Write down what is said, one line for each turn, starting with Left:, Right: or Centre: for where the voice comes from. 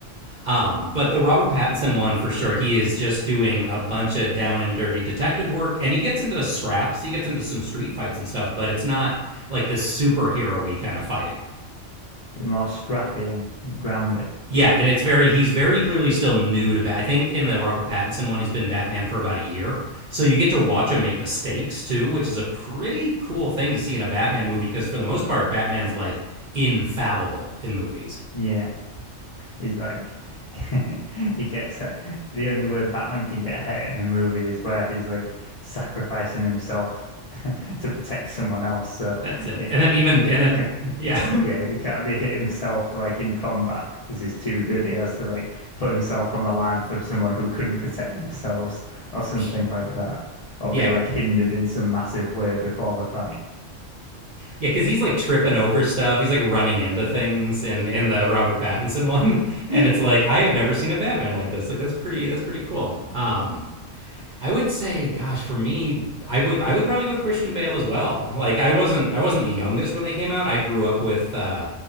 Right: Um, but the Robert Pattinson one for sure, he is just doing a bunch of down and dirty detective work and he gets into scraps, he gets into some street fights and stuff, but it's not like this superhero y kind of fighting.
Left: it's more scrappy and grounded.
Right: Yeah, and it's very he's very clearly still new to Bat. I think in the Robert Pattinson one he's been Batman for about a year. So you get to watch him make mistakes too, which is a pretty cool thing to see in a Batman movie because for the most part Batman's like infallible in movies.
Left: Yeah. He's like, <laughs> he gets it. The only way Batman can get hit in a movie is where he's like sacrificing himself <laughs> to protect someone else. So
Right: That's it.
Left: it,
Right: And then even
Left: he, ca-
Right: and
Left: he,
Right: then
Left: ca-
Right: yeah,
Left: yeah, he can't be hit himself like in combat because he's too good. He has to like put himself on the line for someone who couldn't protect themselves
Right: <laughs>
Left: or
Right: for
Left: something
Right: sure.
Left: like that, or
Right: Yeah,
Left: be like hindered in some massive way before the fight.
Right: Yeah, because he's like tripping over stuff. He's like running into things in in the Robert Pattinson <laughs> one,
Left: <laughs>
Right: and it's like I have never seen a Batman like this. Like that's pretty that's pretty cool. Um, I would say, gosh, for me, I would I would probably go with Christian Bale as well. Like I wasn't I wasn't the youngest when they came out. I grew up with uh,